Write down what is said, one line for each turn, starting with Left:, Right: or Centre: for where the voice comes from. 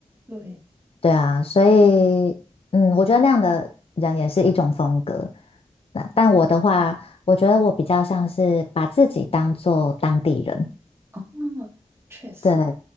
Right: 对，
Left: 对啊，所以嗯，我觉得那样的人也是一种风格。那但我的话，我觉得我比较像是把自己当做当地人，
Right: 嗯，确实，
Left: 对，